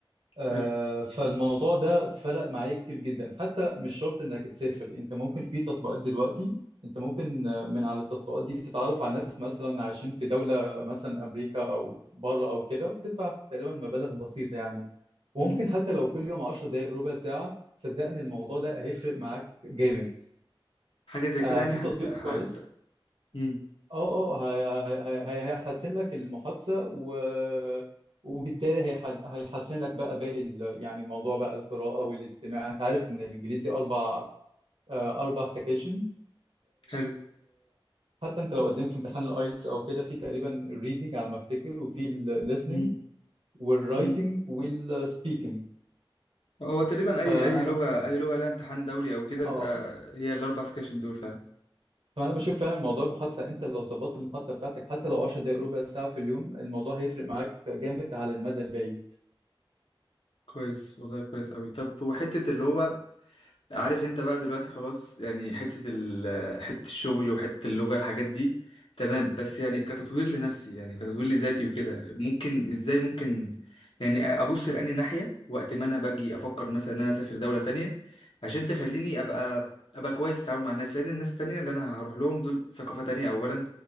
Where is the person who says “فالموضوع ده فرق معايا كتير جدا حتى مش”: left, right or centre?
Right